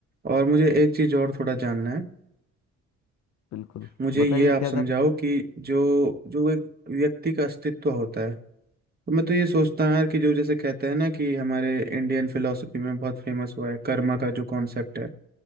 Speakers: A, on the right; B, on the left.
A: और मुझे एक चीज़ और थोड़ा जानना है
B: बिल्कुल
A: मुझे
B: बताइए
A: ये आप
B: क्या
A: समझाओ
B: था
A: कि जो जो एक व्यक्ति का अस्तित्व होता है तो मैं तो ये सोचता हूँ यार कि जो जैसे कहते हैं ना कि हमारे इंडियन फिलोसफी में बहुत फेमस हुआ है कर्मा का जो कॉन्सेप्ट है